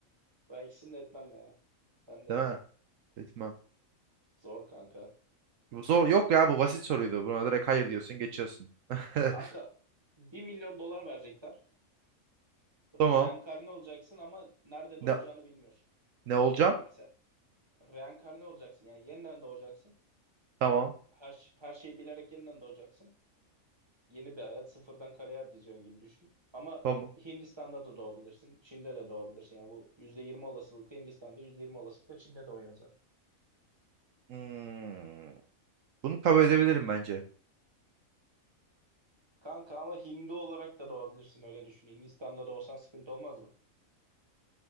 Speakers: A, on the right; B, on the right.
A: Ben ikisini de etmem ya. Ben de
B: Değil
A: etmem.
B: mi? Etmem.
A: Zor kanka.
B: Bu zor. Yok ya bu basit soruydu. Buna direkt hayır diyorsun geçiyorsun. <laughs>
A: Kanka bir milyon dolar verecekler.
B: Tamam.
A: Reenkarne olacaksın ama nerede
B: Ne,
A: doğacağını bilmiyorsun.
B: ne olacağım?
A: Ya mesela reenkarne olacaksın yani yeniden doğacaksın.
B: Tamam.
A: Her, her şeyi bilerek yeniden doğacaksın. Yeni bir hayat sıfırdan kariyer diziyorsun gibi düşün. Ama
B: Tamam.
A: Hindistan'da da doğabilirsin. Çin'de de doğabilirsin. Yani bu %20 olasılıkla Hindistan'da %20 olasılıkla Çin'de doğuyorsun zaten.
B: Hmm, Bunu kabul edebilirim bence.
A: Kanka ama Hindu olarak da doğabilirsin öyle düşün. Hindistan'da doğsan sıkıntı olmaz mı?